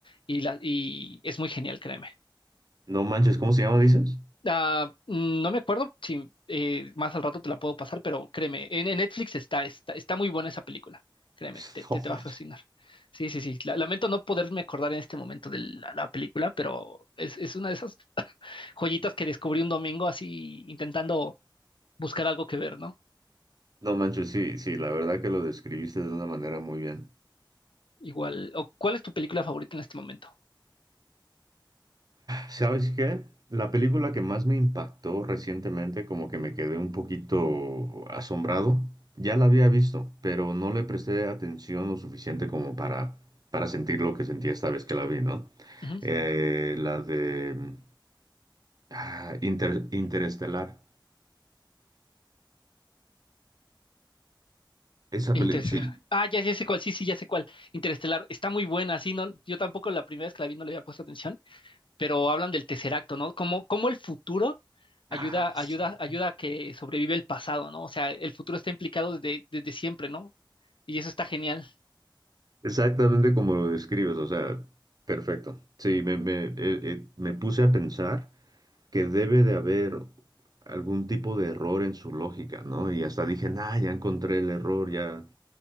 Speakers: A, on the left; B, on the right.
A: y, la, y es muy genial, créeme.
B: No manches, ¿cómo se llama, dices?
A: Ah, mm, no me acuerdo si eh, más al rato te la puedo pasar, pero créeme, en, en Netflix está, está, está muy buena esa película. Créeme,
B: <laughs>
A: te, te,
B: No
A: te va
B: manches.
A: a fascinar. Sí, sí, sí. la- lamento no poderme acordar en este momento de la, la película, pero es, es una de esas <laughs> joyitas que descubrí un domingo así intentando buscar algo que ver, ¿no?
B: No manches, sí, sí, la verdad que lo describiste de una manera muy bien.
A: Igual. O, ¿cuál es tu película favorita en este momento?
B: ¿Sabes qué? La película que más me impactó recientemente, como que me quedé un poquito asombrado, ya la había visto, pero no le presté atención lo suficiente como para, para sentir lo que sentí esta vez que la vi, ¿no?
A: Ujú.
B: Eh, la de mm, ah, Inter- Interestelar. Esa
A: Interestelar.
B: película, sí.
A: Ah, ya, ya sé cuál, sí, sí, ya sé cuál. Interestelar, está muy buena, sí, no, yo tampoco la primera vez que la vi no le había puesto atención, pero hablan del tercer acto, ¿no? Cómo, cómo el futuro ayuda,
B: Ah,
A: ayuda,
B: sí.
A: ayuda a que sobrevive el pasado, ¿no? O sea, el futuro está implicado desde, desde siempre, ¿no? Y eso está genial.
B: Exactamente como lo describes, o sea, perfecto. Sí, me, me, eh, eh, me puse a pensar. que debe de haber algún tipo de error en su lógica, ¿no? Y hasta dije, nah, ya encontré el error, ya.